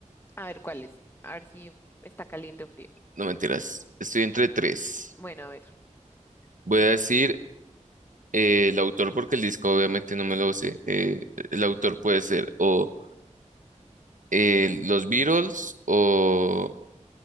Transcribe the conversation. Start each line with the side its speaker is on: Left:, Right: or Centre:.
Left: A ver, ¿cuál es? A ver si está caliente o frío.
Right: no mentiras, estoy entre tres.
Left: Bueno, a ver.
Right: Voy a decir eh, el autor porque el disco obviamente no me lo sé. Eh, el autor puede ser o eh, los Beatles o